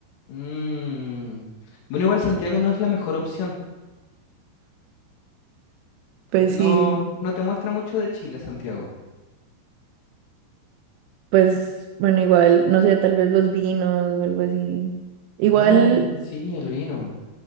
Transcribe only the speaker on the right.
Pues
sí,
pues bueno, igual, no sé, tal vez los vinos o algo así. Igual,